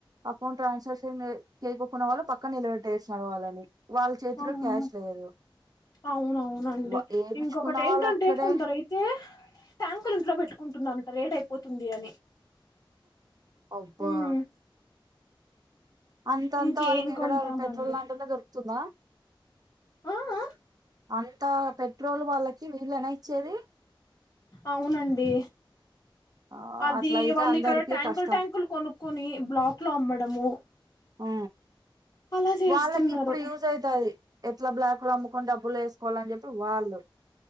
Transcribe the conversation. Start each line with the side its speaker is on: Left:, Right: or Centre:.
Right: అకౌంట్ ట్రాన్సాక్షన్ చేయకకున్న వాళ్ళు పక్కన నిలబెట్టేసిన వాళ్ళని వాళ్ళ చేతిలో
Left: అవును
Right: క్యాష్ లేదు
Left: అవునవునండి
Right: వ ఏపిచ్చుకున్న
Left: ఇంకొకటి ఏంటంటే
Right: వాళ్ళు అక్కడే
Left: కొందరు అయితే ట్యాంకుర్ ఇంట్లో పెట్టుకుంటున్నంట రేట్ అయిపోతుంది అని
Right: అబ్బా
Left: మ్మ్.
Right: అంతంతా
Left: ఇంకేం
Right: వాళ్ళకి ఎక్కడ
Left: కొంటామండి
Right: పెట్రోల్ దంటనే దొరుకుతుందా
Left: ఆ ఆ
Right: అంత పెట్రోల్ వాళ్ళకి వీళ్ళేనా ఇచ్చేది.
Left: అవునండి
Right: ఆ
Left: అది
Right: అట్లా అయితే
Left: వాళ్ళు
Right: అందరికి
Left: ఇక్కడ ట్యాంకులు
Right: కష్టం
Left: ట్యాంకులు కొనుక్కొని బ్లాక్ లో అమ్మడము
Right: ఆ
Left: అలా చేస్తున్నారు
Right: వాళ్ళకి ఇప్పుడు యూజ్ అవుతాయి ఎట్లా బ్లాక్లు అమ్ముకొని డబ్బులు వేసుకోవాలని చెప్పి వాళ్ళు